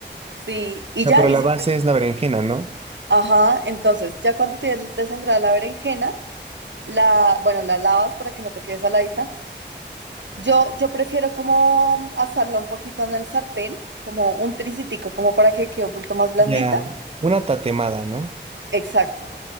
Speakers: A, on the right; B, on the right.
A: Sí, y
B: Ah,
A: ya,
B: pero
A: y
B: la
A: simple-
B: base es la berenjena, ¿no?
A: Ajá, entonces, ya cuando tienes desangrada la berenjena, la, bueno, la lavas para que no te quede saladita Yo, yo prefiero como asarla un poquito en el sartén, como un tricitico, como para que quede un poquito más blandita.
B: Ya, una tatemada, ¿no?
A: Exacto.